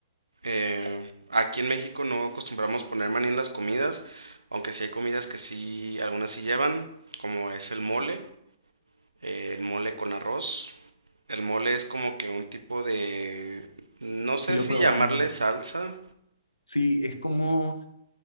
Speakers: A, on the right (about 85°); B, on the left (about 85°).
A: Eh, aquí en México no acostumbramos poner maní en las comidas, aunque sí hay comidas que sí, algunas sí llevan, como es el mole, eh, el mole con arroz. El mole es como que un tipo de, no sé
B: Sí, lo
A: si
B: he probado.
A: llamarle salsa.
B: Sí, es como,